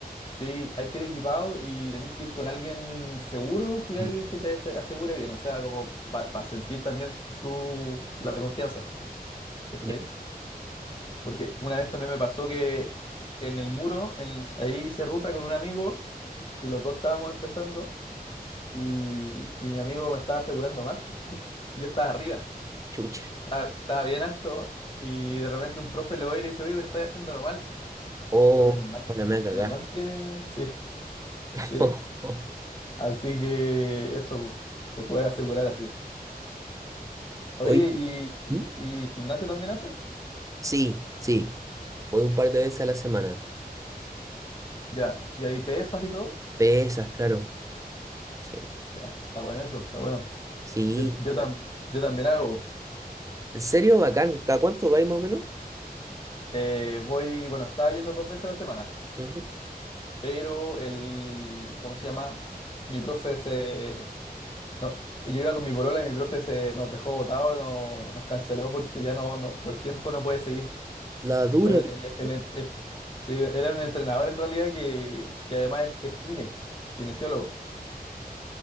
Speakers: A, on the left; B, on the right.
A: Sí, hay que ir equipado y tenéis que ir con alguien seguro, que alguien
B: Mm.
A: que te ase- asegure bien, o sea, como para sentir también tu, la confianza, ¿cachai?
B: Ya.
A: Porque una vez también me pasó que en el muro, en- ahí hice ruta con un amigo y los dos estábamos empezando y, y mi amigo me estaba asegurando mal. po. <laughs> Yo estaba arriba,
B: Chucha.
A: estaba, estaba bien alto y de repente un profe lo ve y le dice, oye, pero estás haciéndolo mal. <laughs>
B: Oh,
A: Y yo, menos mal,
B: la me cagá.
A: menos mal que... Sí,
B: <laughs>
A: sí. Así que eso po, te puedes asegurar así. Oye,
B: Oye,
A: ¿y, y,
B: ¿Mm?
A: y gimnasio también haces?
B: sí, sí. Voy un par de veces a la semana.
A: Ya, y ahí pesas y todo.
B: Pesas, claro. Sí.
A: Ya, está bueno eso, está bueno.
B: Sí,
A: Yo,
B: está
A: yo,
B: bueno.
A: tam- yo también hago.
B: ¿En serio, bacán? ¿Cada cuánto vais más o menos?
A: Eh, voy, bueno, estaba yendo dos veces a la semana,
B: Ujú.
A: pero el, ¿cómo se llama? Mi profe se... No, yo iba con mi polola y mi profe se nos dejó botados, no- nos canceló porque ya no, no, por tiempo no puede seguir.
B: La dura.
A: Bueno,
B: ¿Y
A: el-
B: qué
A: el-
B: hacer?
A: el- ent- es- sí, era un entrenador en realidad que, que además es, es kine, kinesiólogo.